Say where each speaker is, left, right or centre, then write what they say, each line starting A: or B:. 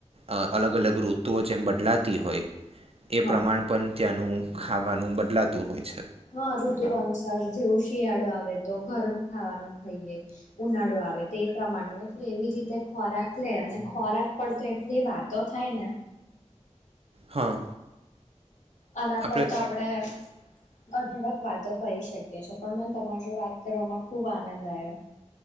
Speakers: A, on the right; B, on the left.
A: અ અલગ અલગ ઋતુઓ જેમ બદલાતી હોય એ
B: હા.
A: પ્રમાણ પણ ત્યાંનું ખાવાનું બદલાતું હોય છે
B: હા ઋતુ અનુસાર જેવું શિયાળો આવે. તો ગરમ ખાવાનું ખાઈએ ઉનાળો આવે તે પ્રમાણ એટલે એવી રીતે ખોરાક લે અને ખોરાક પડતો એટલી વાતો થાય ને.
A: હા.
B: આના
A: આપણે
B: પર તો આપણેે અઢળક વાતો કરી શકીએ. છે પણ મને તમાર જોડે વાત કરવામાં ખુબ આનંદ આયો.